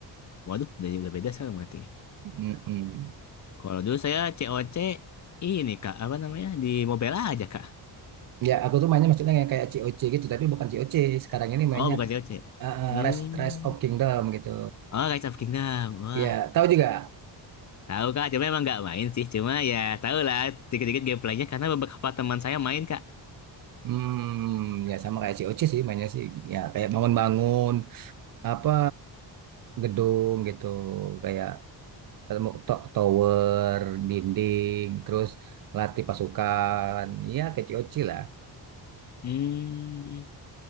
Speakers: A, on the left; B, on the right.
A: waduh udah, udah beda saya berarti. ya.
B: Mm-mm.
A: Kalau dulu saya C O C ini kak apa namanya di mobile aja kak.
B: Ya, aku tuh mainnya maksudnya yang kayak C O C gitu, tapi bukan C O C Sekarang ini mainnya
A: Oh bukan C O C.
B: eh, eh,
A: Hmm.
B: Rise Rise of Kingdom gitu.
A: Oh Rise of Kingdom. Wah
B: Ya, tahu juga.
A: tahu kak. Cuma emang nggak main sih. Cuma ya tahu lah dikit-dikit gameplaynya karena beberapa teman saya main kak.
B: Hmm, ya sama kayak C O C sih mainnya sih. Ya kayak bangun-bangun apa gedung gitu, kayak ketemu to- tower, dinding, terus latih pasukan. Ya kayak C O C lah.
A: Hmm.